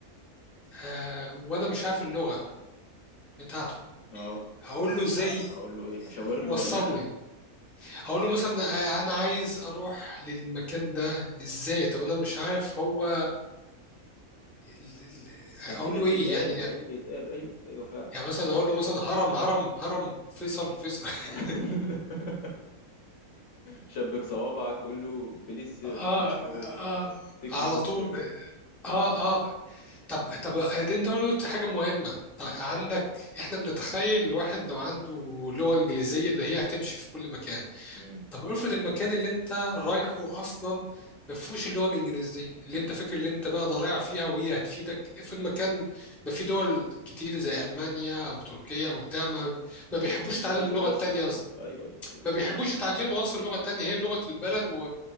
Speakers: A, in the centre; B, on the left.
A: آه، وأنا مش عارف اللغة بتاعته
B: اه
A: هقول
B: ه-
A: له ازاي
B: هقول له ايه هشاور له
A: وصلني
B: ولا <laughs>
A: هقول له مثلا آه، انا عايز اروح للمكان ده ازاي طب انا مش عارف هو ال- ال- اقول
B: ال- ايه
A: له
B: اللي
A: ايه
B: يتقال
A: يعني
B: ايه اللي يتقال ايوه ايوه فعلا
A: يعني مثلا
B: ف...
A: اقول له مثلا هرم هرم هرم فيصل فيصل <laughs>
B: <laughs> شبك صوابعك قول له بليز سير
A: اه
B: تيك
A: اه
B: مي هوم تيك
A: على
B: مي هوم
A: طول
B: سير
A: اه اه طب طب انت قلت حاجه مهمه طيب عندك احنا بنتخيل الواحد لو عنده لغه انجليزيه اللي هي هتمشي في كل مكان
B: مم.
A: طب افرض المكان اللي انت رايحه اصلا ما فيهوش اللغه الانجليزيه اللي انت فاكر اللي انت بقى ضايع فيها وهي هتفيدك افرض مكان ما في دول كتير زي المانيا او تركيا او بتاع ما, ما
B: ما
A: بيحبوش
B: بيعتمدوهاش
A: يتعلم اللغه
B: اساس
A: التانيه اصلا
B: ايوه ايوه
A: ما بيحبوش يتعلموا اصلا لغه تانيه هي لغه البلد